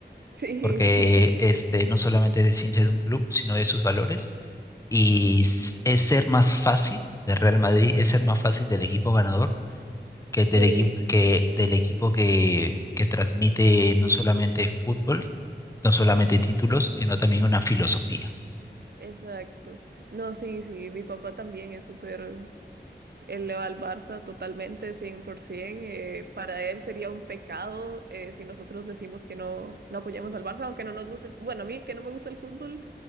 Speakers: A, on the right (about 60°); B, on the left (about 15°).
A: sí,
B: porque este, no solamente es hincha de un club, sino de sus valores. Y s- es ser más fácil de Real Madrid, es ser más fácil del equipo ganador que el
A: <laughs> sí,
B: del equipo que, del equipo que, que transmite no solamente fútbol, no solamente títulos, sino también una filosofía.
A: exacto. No, sí, sí, mi papá también es súper Él le va al Barça totalmente, 100%. eh, para él sería un pecado eh, si nosotros decimos que no, no apoyamos al Barça, aunque no nos guste. el- Bueno, a mí que no me gusta el fútbol.